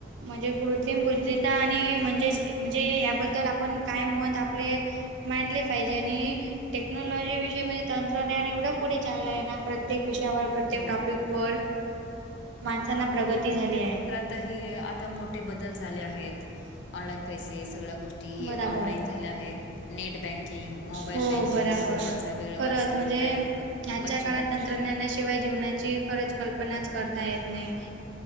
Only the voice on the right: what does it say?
म्हणजे कृत्रिम बुद्धीता आणि म्हणजेच, म्हणजे याबद्दल आपण काय मत आपले मांडले पाहिजे. आणि टेक्नॉलॉजी विषयी म्हणजे तंत्रज्ञान एवढं पुढे चाललं आहे ना. प्रत त्येक विषयावर, प्रत्येक
टॉपिक वर माणसांना प्रगती झाली आहे.
बराबर
हो
बराबर
खरंच
म्हणजे
आजच्या
काळात तंत्रज्ञानाशिवाय जीवनाची खरंच कल्पनाच करता येत नाही.